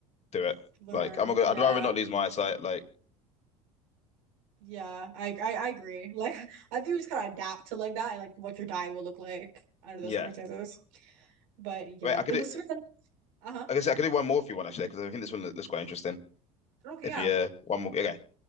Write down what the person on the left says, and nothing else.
do it.
Like I'm not gonna,
I'd rather not lose my eyesight. Like
yeah.
Wait, I could
do,
I guess I could do one more if you want actually, because I think this one looks quite interesting.
If
you one more, okay.